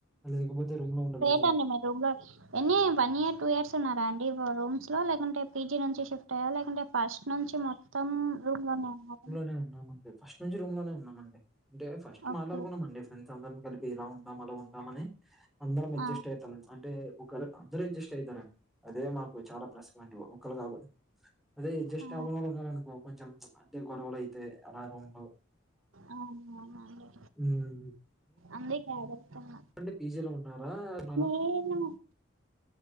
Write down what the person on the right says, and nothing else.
తన్యమే రూమ్లో ఎన్ని వన్ ఇయర్ టూ ఇయర్స్ ఉన్నారా అండి రూమ్స్ లో లేకుంటే పీజీ నుంచి షిఫ్ట్ అయ్యారా లేకంటే ఫస్ట్ నుంచి మొత్తం రూమ్ లోనే ఉన్నారు
ఓకే
ఆ
ఆ
అవున
అదే జాగ్రతన్న
పీజీ లోనే